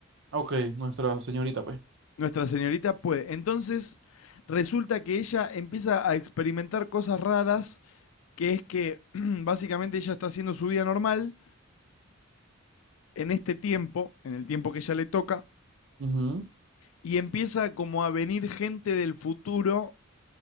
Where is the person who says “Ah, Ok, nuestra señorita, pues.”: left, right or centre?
Right